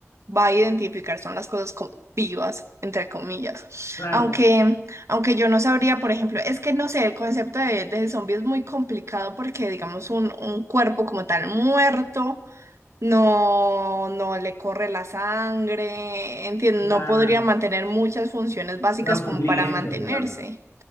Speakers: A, on the right; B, on the left.
A: va a identificar, son las cosas como vivas, entre comillas.
B: claro,
A: Aunque aunque yo no sabría, por ejemplo, es que no sé, el concepto de, de zombie es muy complicado porque, digamos, un, un cuerpo como tal muerto no, no le corre la sangre, entiendo,
B: la-
A: no podría mantener muchas funciones básicas
B: se va pudriendo,
A: como para mantenerse.
B: digamos.